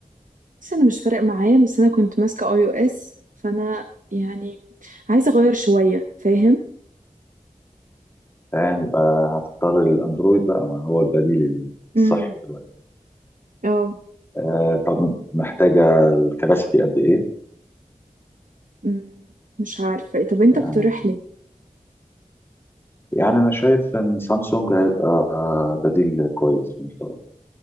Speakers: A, on the right; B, on the left.
A: بس انا مش فارق معايا بس انا كنت ماسكة اي او اس فانا يعني عايزة اغير شوية فاهم
B: فاهم يبقى هتضطري للأندرويد بقى ما هو البديل
A: امم
B: الصحي دلوقتي
A: اه
B: آه، طب محتاجة الكباسيتي قد إيه
A: مم. مش عارفة طب انت
B: يعني
A: اقترح لي
B: يعني أنا شايف إن سامسونج هيبقى آه، بديل كويس ومحترم